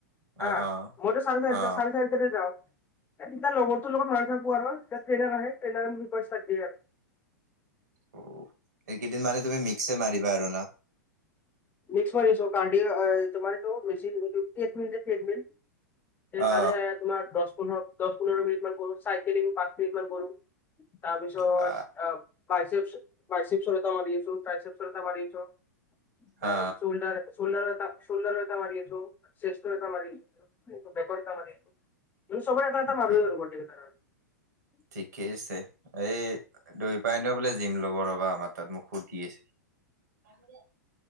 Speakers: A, on the right; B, on the left.
A: অ
B: আ,
A: অ
B: মইটো চাৰে চাৰিটা
A: অ অ
B: চাৰে চাৰি- তে যাও, তেতিয়া লগৰটোৰ লগত মাল-চাল খোৱা হয়। তাত ট্ৰেইনাৰ আহে ট্ৰেইনাৰে মোৰ পৰা ষ্টাৰ্ট দিয়ে আৰু।
A: অ' এইকেইদিন মানে তুমি মিক্সে মাৰিবা আৰু ন?
B: মিক্স মাৰিছো কাৰ্ডিঅ এ তোমাৰ এইটো মেশিন যিটো ট্ৰেডমেন যে ট্ৰেডমেন হে
A: অ
B: তাৰে তোমাৰ দছ-পোন্ধৰ দছ-পোন্ধৰ মিনিট মান কৰো, চাইকেলিং পাঁচ মিনিট মান কৰো। তাৰ পিছত
A: বা,
B: বাইচেপচ, বাইচেপৰ এটা মাৰি আছো টাইচেপচৰ এটা মাৰি আছো।
A: অ
B: এ চোল্ডাৰ চোল্ডা'ৰ এটা চোল্ডাৰ এটা মাৰি আছো। চেষ্টৰ এটা মাৰি ডাম্বল এটা মাৰি আছো, চবৰে এটা এটা মাৰো
A: ঠিক
B: আৰু গোটেই কেইটা। <inaudible>
A: ঠিকেই আছে, এই দৈপায়নেও বোলে জিম ল'ব ৰ'বা আমাৰ তাত মোক সুধি আছে। মাজতে